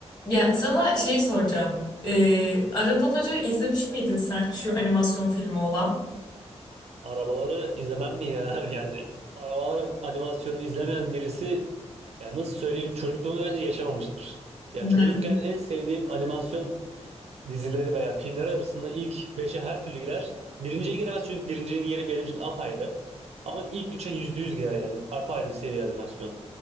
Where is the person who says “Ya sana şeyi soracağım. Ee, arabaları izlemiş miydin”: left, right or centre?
Left